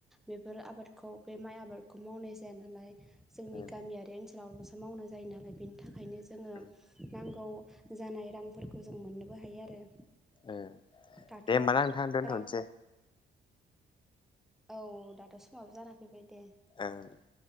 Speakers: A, in the centre; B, on the left.
A: बेफोर आबादखौ बे माइ आबादखौ मावनाय जाया नालाय जोंनि
B: ओं
A: गामियारि ओनसोलावल'सो मावनाय जायो नालाय बेनि थाखायनो जोङो
B: ओं
A: नांगौ जानाय रांफोरखौ जों मोननोबो हायो आरो
B: ओं
A: दाथ'
B: दे होमबा ना नोंथां दोनथ'नोसै
A: रां औ दाथ' समाबो जाना फैबाय दे
B: ओं